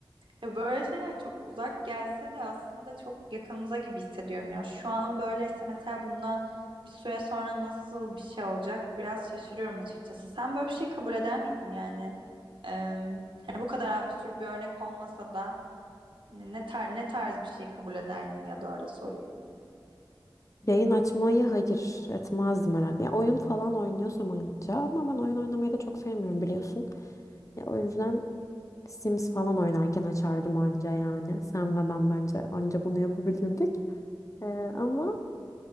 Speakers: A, on the right; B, on the left.
A: Ya böyle şeyler çok uzak gelse de aslında çok yakınımıza gibi hissediyorum ya. Şu an böyleyse mesela bundan bir süre sonra nasıl bir şey olacak biraz şaşırıyorum açıkçası. Sen böyle bir şey kabul eder miydin yani? Eee, hani bu kadar absürt bir örnek olmasa da hani ne tar ne tarz bir şey kabul ederdin ya da öyle sorayım.
B: Yayın açmayı hayır etmezdim herhalde. Ya oyun falan oynuyorsam anca ama ben oyun oynamayı da çok sevmiyorum biliyorsun. Ya o yüzden Sims falan oynarken açardım anca yani. Sen ve ben bence anca bunu yapabilirdik. Ee, ama